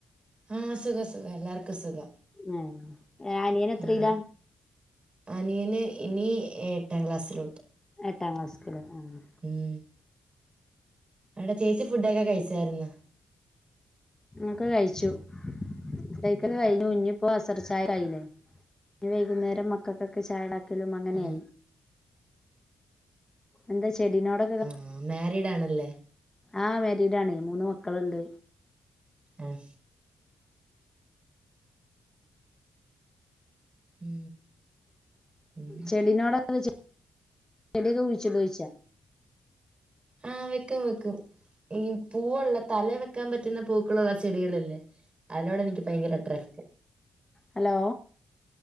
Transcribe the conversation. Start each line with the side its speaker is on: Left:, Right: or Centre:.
Right: ആഹ് സുഖം സുഖം എല്ലാർക്കും സുഖം
Left: ഏ എ അനിയൻ എത്രയിലാ
Right: ഉം. അനിയന് ഇനി എട്ടാം ക്ലാസ്സിലോട്ട്
Left: എട്ടാം ക്ലാസ്സ്‌ല്ക്ക് ലെ ആഹ് ആഹ്
Right: ഉം വടെ ചേച്ചി ഫുഡൊക്കെ കഴിച്ചാര്ന്ന്
Left: ഒക്കെ കഴിച്ചു ഫുഡയ്ക്കല് കയ്ഞ്ഞു ഇഞ്ഞ്പ്പൊ അസർ ചായായീലെ ഇനി വൈകുന്നേരം മക്കക്കൊക്കെ ചായണ്ടാക്കലും അങ്ങനായി
Right: ആ
Left: എന്താ ചെടിനോട്
Right: ആഹ് മാരീഡാണല്ലെ
Left: ആഹ് മാരീഡാണ് മൂന്ന് മക്കള്ണ്ട്
Right: അഹ് ഉം പിന്നെ
Left: ചെടിനോടൊക്കെ ചെ ചെടിയൊക്കെ കുയ്ച്ചിടോയ്ച്ച
Right: ആഹ് വെക്കും വെക്കും ഈ പൂവുള്ള തലേ വെക്കാൻ പറ്റുന്ന പൂക്കളുള്ള ചെടികളില്ലേ അതിനോടെനിക്ക് ഭയങ്കര അട്രാക്റ്റ്
Left: ഹലോ